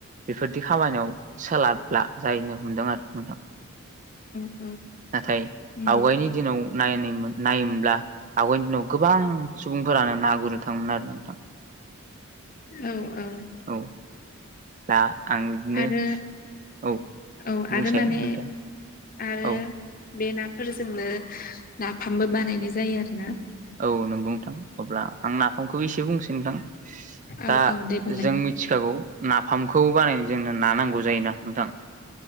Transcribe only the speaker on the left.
औ।
नंगौ
औ औ
आरो
औ
आरो माने
आरो
बे नाफोरजोंनो नाफामबो बानायनाय जायो आरो ना
औ
औ दे बुंलाय